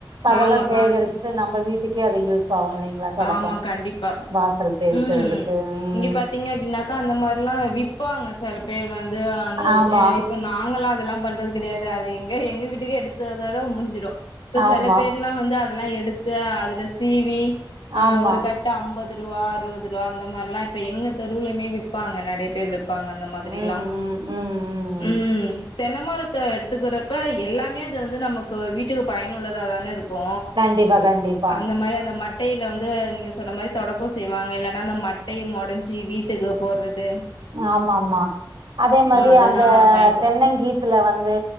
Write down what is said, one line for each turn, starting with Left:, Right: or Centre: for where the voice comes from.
Right: அதெல்லா
Left: ஆமா
Right: சேகரிச்ட்டு
Left: காஞ்ச
Right: நம்ம வீட்டுக் க்யாதே யூஸ் பாவ நீங்களா தொடப்ப
Left: ஆமா கண்டிப்பா
Right: வாசல் பெருக்குறதுக்கு
Left: ம்
Right: ம்
Left: இங்க பாத்தீங்க அப்படின்னாக்கா அந்த மாரிலா விப்பாங்க ச செலபேர் வந் ந்து அந்த
Right: ஆமா
Left: எ இப்ப நாங்களா அதெல்லா பண்றது கெடையாது அது எங்க எங்க வீட்டுக்கே எடுத்ததோட முடிஞ்சிடு இப்ப
Right: ஆமா
Left: செல பேர்ல்லா வந்து அ அதெல்லா எடுத்து அதுல சீவி ஆஹ்
Right: ஆமா
Left: ஒரு கட்டு அம்பது ரூவா அறுபது ரூவா அந்த மாரிலா இப்ப எங்க தெருவ்லுமே விப்பாங்க நெறைய பேர் விப் ப்பாங்க அந்த மாதிரில்லா
Right: ம் ம் ம் ம்
Left: உம் தென்னமரத்தை எடுத்துக்கிறப்ப எல்லாமே அது வந்து நமக்கு வீட்டுக்கு பயனுள்ளதா தான இருக் க்கு
Right: கண்டிப்பா கண்டிப்பா
Left: அந்த மாரி அந்த மட்டை ந்து நீங்கள் சொன்ன மாதிரி தொடப்பம் செய்வாங்க இல்லன்னா அந்த மட்டைய மொடஞ்சி வீட்டுக்கு போறது
Right: ஆமா ஆமா அதே மாரி
Left: அதெல்லா
Right: அந்த
Left: பயன்படுத்
Right: தென்னங்கீத்துல வந் து